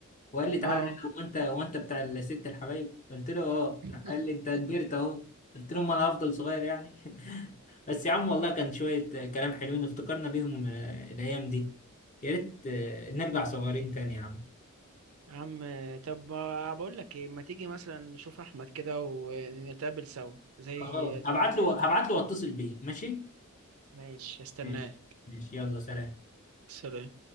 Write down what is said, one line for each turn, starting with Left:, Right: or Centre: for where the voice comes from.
Left: وقال لي تعالى
Right: اه
Left: هنا هو انت هو انت بتاع الست الحبايب قلت له اه
Right: <laughs>
Left: راح قال لي انت كبرت اهو قلت له ما انا هفضل صغير يعني <laughs> بس يا عم والله كان شوية كلام حلوين افتكرنا بيهم آه، الايام دي يا ريت آه، نرجع صغيرين تاني يا عم
Right: يا عم طب ما بقول لك ايه ما تيجي مثلا نشوف احمد كده ونتقابل سوا زي
Left: خلاص
Right: زمان
Left: هبعت له
Right: يعني.
Left: هبعت له واتصل بيه ماشي
Right: ماشي استناه
Left: ماشي ماشي يلا سلام
Right: سلام